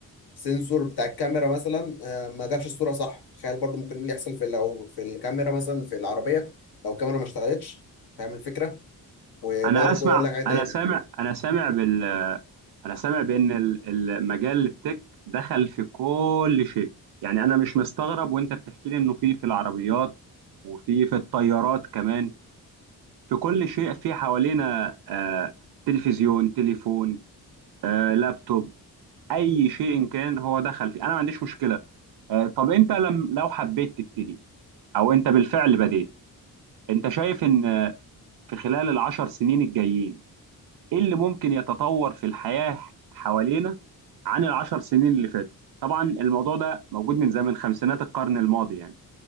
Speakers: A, on the left (about 75°); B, on the right (about 80°).
A: سنسور بتاع الكاميرا مثلا آه، ما جابش الصوره صح تخيل برضو ممكن ايه اللي يحصل في لو في الكاميرا مثلا في العربيه لو الكاميرا ما اشتغلتش فاهم الفكره وبرضو
B: انا اسمع
A: اقول لك حاجه تاني
B: انا سامع انا سامع بال آه، انا سامع بان ال- المجال التك دخل في كل شيء يعني انا مش مستغرب وانت بتحكي لي انه في في العربيات وفي في الطيارات كمان في كل شيء في حوالينا آه، تلفزيون تليفون آه، لابتوب اي شيء إن كان هو دخل فيه انا ما عنديش مشكلة آه، طب انت لم لو حبيت تبتدي او انت بالفعل بديت انت شايف ان في خلال العشر سنين الجايين ايه اللي ممكن يتطور في الحياة حوالينا عن العشر سنين اللي فاتوا طبعا الموضوع ده موجود من زمن خمسينات القرن الماضي يعني